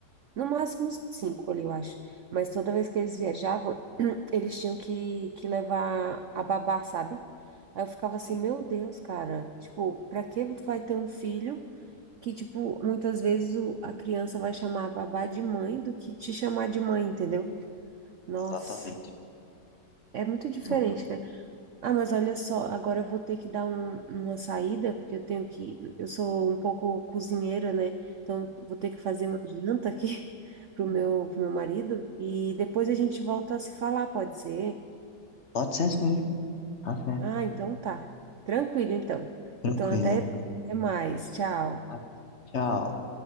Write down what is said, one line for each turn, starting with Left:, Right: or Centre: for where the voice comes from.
Right: no máximo cinco ali, eu acho. Mas toda vez que eles viajavam, <clears throat> eles tinham que, que levar a babá, sabe? Aí eu ficava
Left: Sim,
Right: assim, meu Deus, cara, tipo, pra que tu vai ter um filho que, tipo, muitas vezes o- a criança vai chamar a babá de mãe do que te chamar de mãe, entendeu? Nossa,
Left: exatamente.
Right: é muito diferente,
Left: Exatamente.
Right: né? Ah, mas olha só, agora eu vou ter que dar um- uma saída, porque eu tenho que, eu sou um pouco cozinheira, né? Então, vou ter que fazer uma janta aqui <laughs> pro meu, pro meu marido e depois a gente volta a se falar, pode ser?
Left: Pode ser sim, tá certo.
Right: Ah, então tá. Tranquilo, então.
Left: Tranquilo.
Right: Então, até até mais. Tchau.
Left: Tá. Tchau.